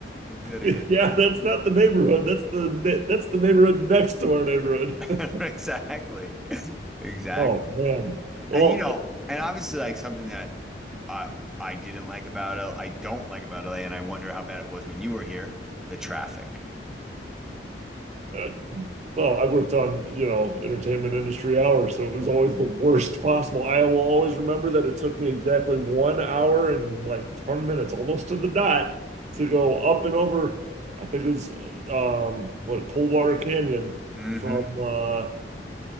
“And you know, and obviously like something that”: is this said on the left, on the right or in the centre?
Centre